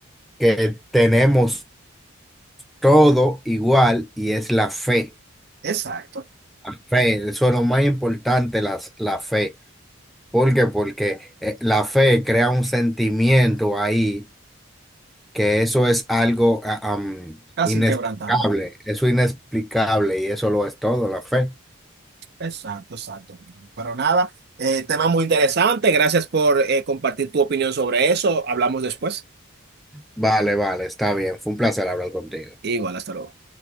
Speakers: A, in the centre; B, on the right.
A: que tenemos todo igual y es la fe.
B: exacto.
A: Fe, eso es lo más importante, las- la fe. ¿Por qué? Porque eh, la fe crea un sentimiento ahí que eso es algo ah, am,
B: Casi
A: inexplicable,
B: inquebrantable.
A: eso es inexplicable y eso lo es todo, la fe.
B: Exacto, exacto. Pero nada, Eh, tema muy interesante, gracias por eh, compartir tu opinión sobre eso, hablamos después.
A: Vale, vale, está bien, fue un placer hablar contigo.
B: Igual, hasta luego.